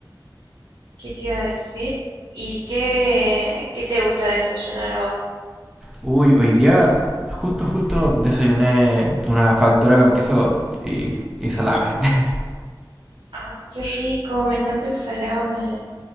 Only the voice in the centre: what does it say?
Uy, hoy día justo, justo desayuné una factura con queso y, y salame. <laughs>